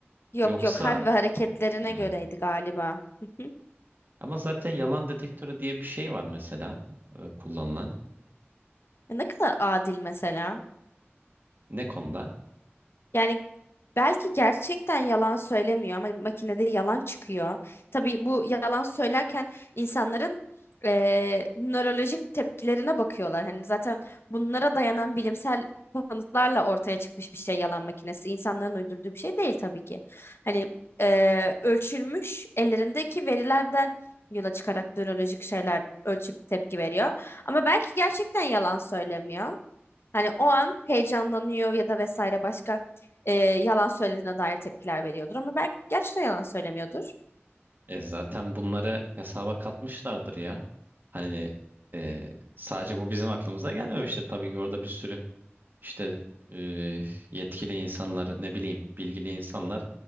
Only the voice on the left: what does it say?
Yok
yok hal ve hareketlerine
göreydi galiba. Hı hı.
Ya Ne kadar adil mesela.
Yani belki gerçekten yalan söylemiyor ama makinede yalan çıkıyor. Tabii bu yalan söylerken insanların eee, nörolojik tepkilerine bakıyorlar. Hani zaten bunlara dayanan bilimsel kanıtlarla ortaya çıkmış bir şey yalan makinesi. İnsanların uydurduğu bir şey değil tabii ki. Hani eee, ölçülmüş ellerindeki verilerden yola çıkarak nörolojik şeyler ölçüp tepki veriyor. Ama belki gerçekten yalan söylemiyor. Hani o an heyecanlanıyor ya da vesaire başka e, yalan söylediğine dair tepkiler veriyordur. Ama belki gerçekten yalan söylemiyordur.